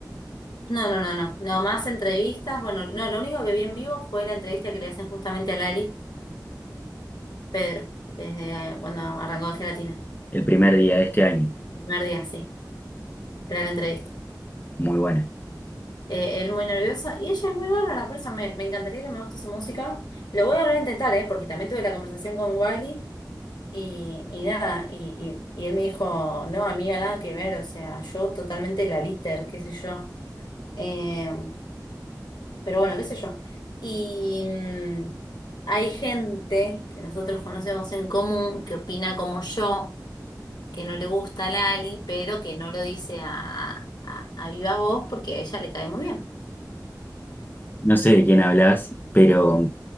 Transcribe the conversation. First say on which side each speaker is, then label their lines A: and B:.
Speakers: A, on the left; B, on the left.
A: no, no, no, no, no más entrevistas. Bueno, no, lo único que vi en vivo fue la entrevista que le hacen justamente a Lali, Pedro, desde eh, cuando arrancó de gelatina.
B: El primer día de este año.
A: El primer día, sí, era la entrevista.
B: Muy bueno.
A: Eh, él muy nervioso y ella es muy bárbara, por eso me, me encantaría que me guste su música. Lo voy a volver a intentar, ¿eh? Porque también tuve la conversación con Wiley y, y nada, y, y, y él me dijo, no, amiga, nada que ver, o sea, yo totalmente la liter, qué sé yo. Eh, pero bueno, qué sé yo. Y mm, hay gente que nosotros conocemos en común que opina como yo que no le gusta a Lali, pero que no lo dice a, a, a viva voz porque a ella le cae muy bien.
B: No sé de quién hablas, pero